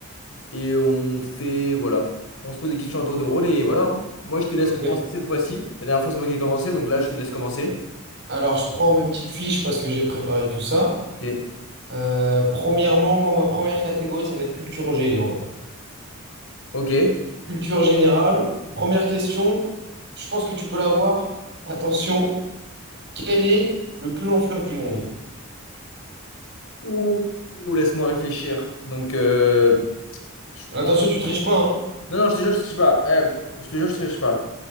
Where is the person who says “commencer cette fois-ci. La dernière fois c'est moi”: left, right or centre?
Left